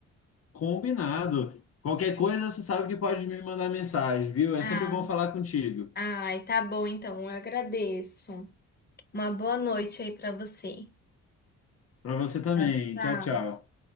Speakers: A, on the left; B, on the left.
A: combinado. Qualquer coisa, você sabe que pode me mandar mensagem, viu? É
B: Ah,
A: sempre bom falar contigo.
B: Ai, tá bom então, eu agradeço. Uma boa noite aí pra você.
A: Para você também.
B: Tchau, tchau.
A: Tchau, tchau.